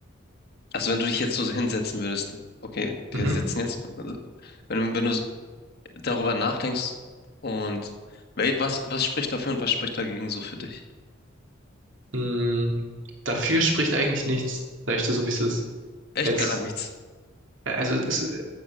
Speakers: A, on the left (about 50°); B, on the right (about 65°).
A: also wenn du dich jetzt so hinsetzen würdest, okay, wir
B: mhm.
A: sitzen jetzt, also, wenn, du- wenn du darüber nachdenkst und wel- was, was spricht dafür und was spricht dagegen so für dich?
B: Mh, dafür spricht eigentlich nichts, sag ich dir so, wie es ist.
A: Echt
B: Jetzt,
A: gar nichts.
B: äh, also es